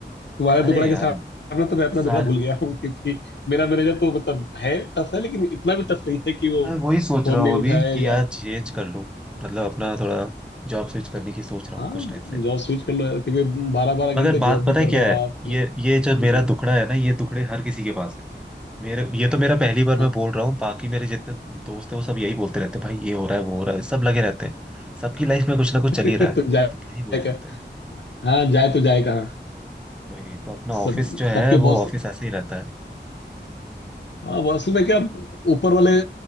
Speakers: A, on the left; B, in the centre.
A: तुम्हारा
B: अरे
A: दुखड़ा
B: यार
A: के सामने तो मैं अपना
B: सार
A: दुखड़ा भूल गया हूँ क्योंकि मेरा मैनेजर तो मतलब है टफ है लेकिन इतना भी टफ नहीं है कि वो
B: मैं वही सोच
A: फोन
B: रहा हूँ
A: नहीं
B: अभी
A: उठाए
B: कि
A: या
B: यार चेंज कर लूँ मतलब अपना थोड़ा जॉब स्विच करने की सोच रहा
A: हाँ
B: हूँ कुछ टाइम से
A: जॉब स्विच कर लो यार क्योंकि बारह बारह
B: मगर
A: घंटे
B: बात
A: जॉब भी
B: पता
A: कर
B: है क्या
A: रहे हो
B: है
A: आप प्लस
B: ये ये जो
A: हम्म,
B: मेरा दुखड़ा है ना ये दुखड़े हर किसी के पास है मेरे ये तो मेरा पहली बार
A: हाँ
B: मैं बोल रहा हूँ बाकी मेरे जितने दोस्त हैं वो सब यही बोलते रहते हैं भाई ये हो रहा है वो हो रहा है सब लगे रहते हैं सबकी लाइफ में कुछ ना कुछ
A: <laughs>
B: चल ही रहा है
A: तो जाए
B: तो क्या ही बोल सकते
A: का
B: हैं
A: हाँ जाए तो जाए कहाँ
B: वही तो अपना ऑफिस
A: सब
B: जो है
A: सबके
B: वो
A: बॉस
B: ऑफिस ऐसे ही रहता है
A: हाँ वो असल में क्या ऊपर वाले